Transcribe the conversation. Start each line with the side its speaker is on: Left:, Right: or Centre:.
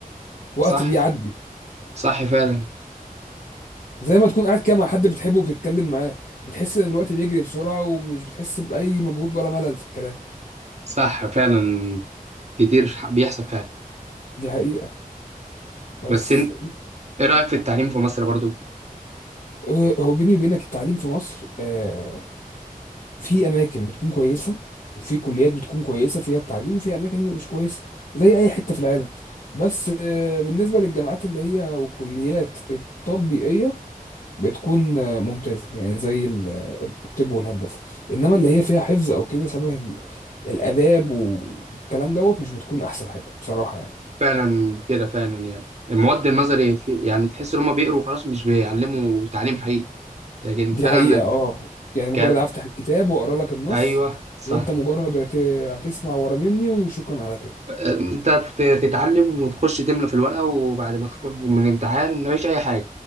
Left: وقت
Right: صح
Left: بيعدي
Right: صح فعلا
Left: زي ما تكون قاعد كده مع حد بتحبه وبتتكلم معاه بتحس ان الوقت بيجري بسرعة ومش بتحس بأي مجهود ولا ملل في الكلام
Right: صح فعلا كتير بيحصل فعلا
Left: دي حقيقة بس
Right: بس انت ايه رأيك في التعليم في مصر برضو
Left: اه، هو بيني وبينك التعليم في مصر آه، في اماكن بتكون كويسه وفي كليات بتكون كويسه فيها التعليم وفي اماكن مش كويسه زي اي حته في العالم بس آه، بالنسبه للجامعات اللي هي والكليات التطبيقيه بتكون آه، ممتازه يعني زي ال- آه، الطب والهندسه انما اللي هي فيها حفظ او كده شبه ال- الاداب والكلام دوت مش بتكون احسن حاجه بصراحه يعني
Right: فعلا كده فعلا يعني المواد النظري في يعني تحس ان هم بيقروا وخلاص مش بيعلموا تعليم حقيقي لكن
Left: دي
Right: فعلا
Left: حقيقه اه يعني مجرد
Right: ك...
Left: افتح الكتاب واقرا لك النص
Right: ايوه صح
Left: وانت مجرد هت- هتسمع ورا مني وشكرا على كده
Right: انت ت- تتعلم وتخش تملى في الورقة وبعد ما تخرج من الامتحان مفيش اي حاجة